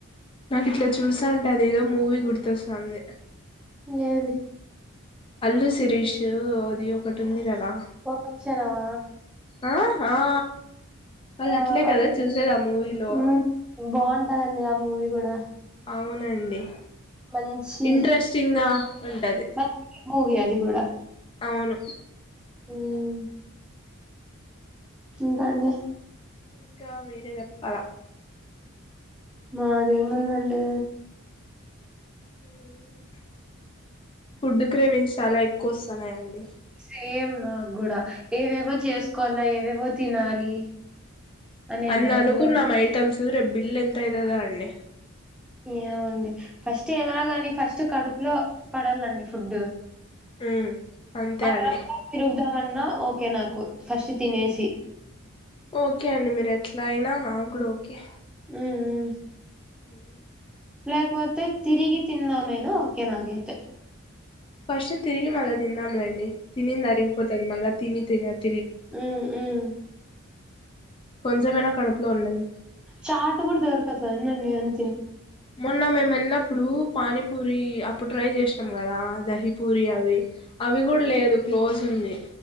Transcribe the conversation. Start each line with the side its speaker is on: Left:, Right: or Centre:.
Left: నాకు ఇట్లా చూసాన్టే అదేదో మూవీ గుర్తొస్తాంది
Centre: ఏది
Left: అల్ శిరీష్ ఓది ఒకటి ఉంది కదా
Centre: ఒక్కక్షణమా
Left: ఆ ఆ వాళ్ళు
Centre: ఆ
Left: అట్లే కదా
Centre: అది
Left: చూసేది ఆ మూవీలో
Centre: మ్ బాగుంటదండి ఆ మూవీ కూడా
Left: అవునండి
Centre: మంచి
Left: ఇంట్రెస్టింగ్ గా ఉంటది
Centre: మంచి మూవీ అది గూడా
Left: అవును
Centre: ఉమ్ ఇంకా అండి
Left: ఇంకా మీరే చెప్పాలా
Centre: మదేముందండి
Left: ఉమ్ ఫుడ్ క్రైవింగ్స్ చాలా ఎక్కువ వస్తున్నాయండి
Centre: సేమ్ నాకు కూడా ఏవేవో చేసుకోవాల ఏవేవో తినాలి అనే
Left: అన్న
Centre: దాంట్లో
Left: అనుకున్నాం ఐటమ్స్సు బిల్ ఎంత అవుతాదొ అండి
Centre: ఏమోండి ఫస్ట్ ఏమనా గాని ఫస్ట్ కడుపులో పడల్లండి ఫుడ్డు
Left: ఉమ్ అంతే
Centre: ఆ <unintelligible>
Left: అండి
Centre: తిగుదమన్న ఓ ఓకే నాకు ఫస్ట్ తినేసి
Left: ఓకే అండి మీరు ఎట్లా అయినా నాకు కూడా ఓకే
Centre: ఉమ్ ఉమ్
Left: ఉమ్
Centre: లేకపోతే తిరిగి తిందాం అయినా ఓకే నాకైతే
Left: ఫస్ట్ తిరిగి మళ్ళీ తిందంలేండి తినింది అరిగిపోతుంది మళ్ళ తిని తినది
Centre: ఉమ్ ఉమ్
Left: కొంచెమైనా కడుపులో ఉన్నింద్
Centre: చాట్ కూడా దొరకత్ అందండి ఆన్
Left: మొన్న మేము వెళ్ళినప్పుడు పానీపూరి అప్పుడు ట్రై చేసినాం కదా దహిపూరి అవి అవి కూడా లేదు క్లోజ్ ఉంది